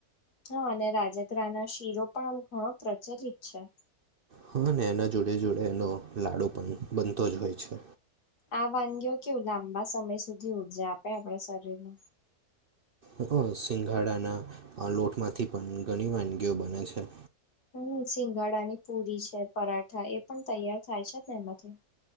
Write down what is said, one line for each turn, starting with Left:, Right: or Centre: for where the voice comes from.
Left: હા અને રાજગ્રહ ના શીરો પણ આમ ઘણો પ્રચલિત છે.
Right: હા ને એના જોડે જોડે એનો લાડુ પણ બનતો જ હોય છે.
Left: આ વાનગીઓ કેવું લાંબા સમય સુધી ઉર્જા આપે આપણા શરીરને.
Right: હક સિંગાડાના લોટમાંથી પણ ઘણી વાનગીઓ બને છે.
Left: હમ્મ, સિંગાડા ની પુરી છે પરાઠા એ પણ તૈયાર થાય છે તેમાંથી.